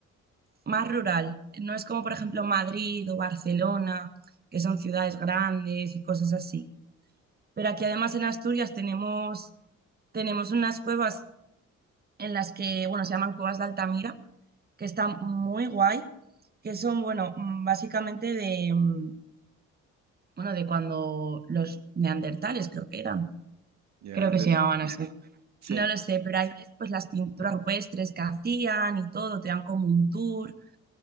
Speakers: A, on the right (about 30°); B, on the right (about 65°).
A: más rural. No es como, por ejemplo, Madrid o Barcelona, que son ciudades grandes y cosas así. Pero aquí además en Asturias tenemos, tenemos unas cuevas en las que, bueno, se llaman cuevas de Altamira, que están muy guay, que son, bueno, mm, básicamente de, mm, bueno, de cuando los neandertales creo que eran,
B: Ya,
A: creo que
B: de
A: se
B: la-
A: llamaban así.
B: sí.
A: No lo sé, pero ahí ves pues las pinturas rupestres que hacían y todo, te dan como un tour